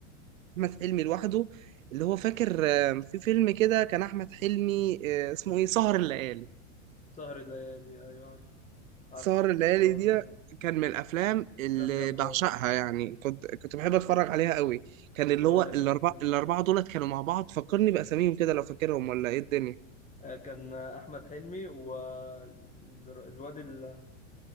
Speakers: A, on the right (about 80°); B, on the left (about 20°).
A: احمد حلمي لوحده اللي هو فاكر آه، في فيلم كده كان احمد حلمي آه، اسمه ايه سهر الليالي
B: سهر الليالي ايوه عارف عارف
A: سهر الليالي
B: سهر
A: دي
B: الليالي
A: كان من الافلام اللي
B: افلام جامده
A: بعشقها يعني كنت كنت بحب اتفرج
B: آه.
A: عليها قوي كان اللي
B: آه،
A: هو
B: وانا
A: الاربعه
B: كمان فعلا
A: الاربعه دولت كانوا مع بعض فكرني باساميهم كده لو فاكرهم ولا ايه الدنيا
B: آه، كان آه، احمد حلمي والواد اللي